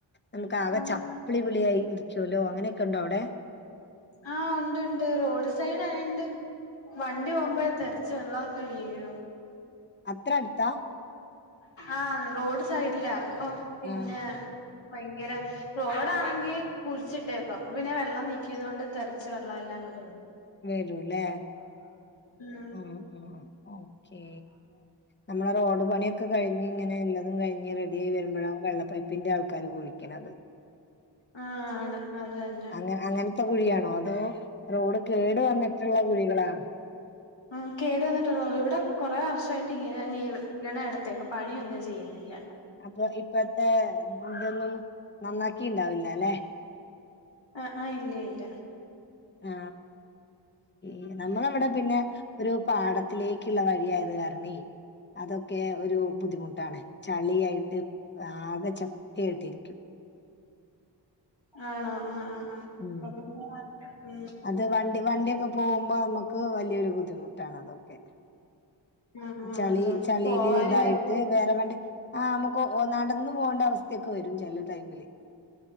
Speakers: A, on the left; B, on the left.
A: നമുക്ക് ആകെ
B: ആഹ്
A: ചപ്ലിവിളിയായി ച്ചുലോ അങ്ങനക്ക ഉണ്ടോയവിടെ
B: ആ ഉണ്ട് ഉണ്ട് റേഡ് സൈഡായണ്ട് വണ്ടി പോവമ്പേത്തെറിച്ച് വെള്ളോക്കെ വീഴും
A: അത്ര അടുത്താ
B: ആ റോഡ് സൈഡ്ലാ പ്പം പിന്നേ
A: ആ
B: മൈയ്ങ്കര റോഡാണെങ്കി കുഴിച്ചിട്ടേക്കുവാ അപ്പം പിന്നെ വെള്ളം നിക്കുന്നോണ്ട് തെറിച്ച് വെള്ളയെല്ലാം കൊണ്ട് വര്
A: വരൂല്ലേ
B: ഉം
A: ഓ ഓ ഓക്കെ നമ്മള റോഡ് പണിയൊക്കെ കഴിഞ്ഞ് ങ്ങനെയുള്ളതും കഴിഞ്ഞ് റെഡിയായി വരുമ്പഴാ വെള്ള പൈപ്പിൻ്റെ ആൾക്കാര് കുഴിക്കണത്
B: ആഹ് ആണ് അത് തന്നെ
A: അങ്ങ് അങ്ങൻ ത്ത കുഴിയാണോ അതോ റോഡ് കേടുവന്നിട്ടുള്ള കുഴികളാ
B: ആ കേടുവന്നിട്ടുള്ള ഇവിട കെറേ വർഷായിട്ട് യിങ്ങന തന്നെയീർ ഇങ്ങന എടത്തേക്ക് പണിയൊന്നും ചെയ്യുന്നില്ല
A: അപ്പോ ഇപ്പത്തേ ഇടുന്നും നന്നാക്കിയിണ്ടാവില്ലല്ലേ
B: അ അ ഇല്ലയില്ല
A: ആ ഈ നമ്മളവിട പിന്നെ ഒരു പാടത്തിലേക്കുള്ള വഴിയായത് കാരണേ അതൊക്കെ ഒരു ബുദ്ധിമുട്ടാണേ ചളിയായി ത് ആകചം ക്കേട്ടിരിക്കും
B: ആ ആ ആ ആ
A: ഉം
B: <unintelligible> ഉം
A: അത് വണ്ടി വണ്ടിയൊക്കെ പോവുമ്പം പ്പോ വലിയൊരു ബുദ്ധിമുട്ടാണതൊക്കെ
B: ആ ആ
A: ചളി
B: അതെ
A: ചളീല്
B: പോവാന്
A: ഇതായിട്ട്
B: വരാ
A: വേറെ വണ്ടി ആപ്പം കൊ ഓ നടന്നു പോണ്ട അവസ്‌തേക്കവരും ചെല ടൈമില്